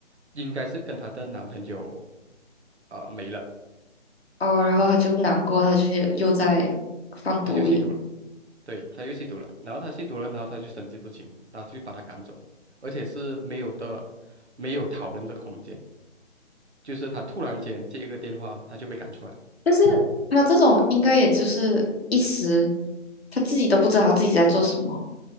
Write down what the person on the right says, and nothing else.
应该是跟她的男朋友呃没了，
她就吸毒了。对，她又吸毒了，然后她吸毒了，然后她就神志不清，然后就把她赶走，而且是没有的，没有讨论的空间，就是她突然间接一个电话，她就被赶出来。